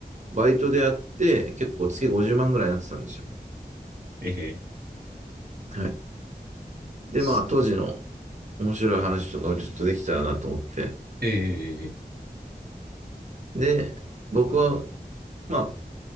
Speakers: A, on the right; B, on the right.
A: バイトでやって、結構月50万ぐらいになってたんですよ。
B: ええ、
A: はい。で、
B: す
A: まあ当時の面白い話とかをちょっとできたらなと思って。
B: ええ、
A: で、僕は、ま